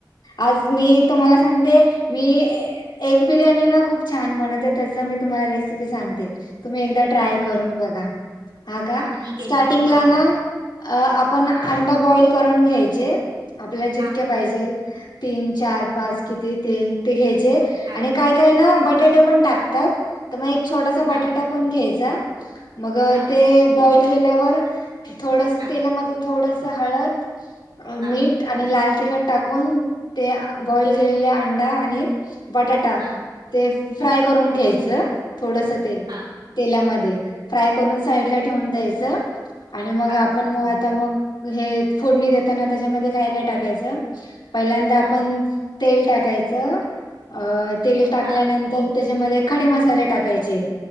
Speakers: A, on the left; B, on the right.
A: आज मी तुम्हाला सांगते, मी एग बिर्याणी ना खूप छान बनवते त्याच मी तुम्हाला रेसिपी सांगते, तुम्ही एकदा ट्राय
B: हा
A: करून
B: ठीक
A: बघा, हा
B: आहे
A: गा
B: ठीक आहे
A: स्टार्टिंगला
B: ना हा
A: ना आपण अंडा
B: हा
A: बॉईल करून घ्यायचे. आपल्या जितक्या
B: हा हा
A: पाहिजेल, तीन चार
B: हा
A: पाच किती? ते, ते घ्यायचे
B: हा
A: आणि
B: हा
A: काय काय ना बटाटे पण टाकतात, तर मग एक छोटासा
B: हा
A: बटाटा
B: हा
A: पण घ्यायचा, मग
B: हा
A: ते बॉईल केल्यावर थोडस
B: हा
A: तेलामध्ये थोडस हळद, अ
B: हा
A: मीठ आणि लाल तिखट टाकून, ते बॉइल केलेले अंडा आणि बटाटा
B: हा
A: ते
B: हम्म
A: फ्राय करून घ्यायचं, थोडस ते
B: हा
A: तेलामध्ये. फ्राय करून साईडला ठेवून द्यायचं. आणि मग
B: हा
A: आपण मग आता मग, हे फोडणी देताना त्याच्यामध्ये काय काय टाकायचं? पहिल्यांदा
B: हा
A: आपण तेल टाकायचं, अ तेल टाकल्यानंतर
B: हा
A: त्याच्यामध्ये खडे मसाले टाकायचे,